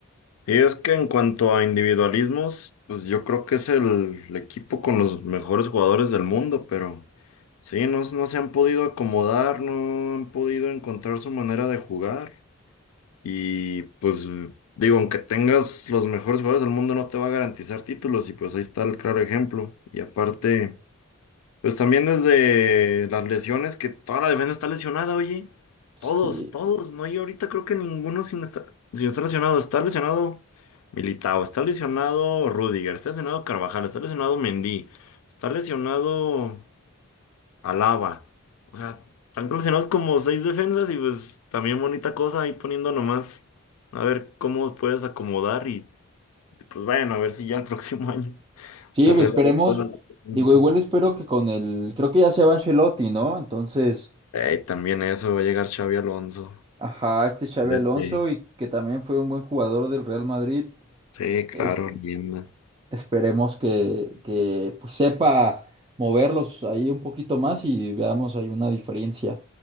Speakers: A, on the left; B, on the right.
A: Sí, es que en cuanto a individualismos, pues yo creo que es el, el equipo con los mejores jugadores del mundo, pero sí, no, no se han podido acomodar, no han podido encontrar su manera de jugar. Y pues digo, aunque tengas los mejores jugadores del mundo, no te va a garantizar títulos y pues ahí está el claro ejemplo. Y aparte, pues también desde las lesiones, que toda la defensa está lesionada, oye.
B: Sí,
A: Todos, todos. No hay ahorita creo que ninguno sin estar, sin estar lesionado. Está lesionado Militao, está lesionado Rudiger, está lesionado Carvajal, está lesionado Mendy, está lesionado... Alaba. O sea, están coleccionados como seis defensas y pues también bonita cosa ahí poniendo nomás. A ver cómo puedes acomodar y pues bueno, a ver si ya el próximo <laughs> año
B: sí,
A: se
B: esperemos,
A: arregla ya todo el asunto.
B: digo, igual espero que con el, creo que ya se va Ancelotti, ¿no? Entonces...
A: Ey, también eso, va a llegar Xavi Alonso.
B: Ajá, este Xavi
A: Vete.
B: Alonso y que también fue un buen jugador del Real Madrid.
A: Sí, claro,
B: Es-
A: linda.
B: esperemos que, que, pues, sepa moverlos ahí un poquito más y veamos hay una diferencia.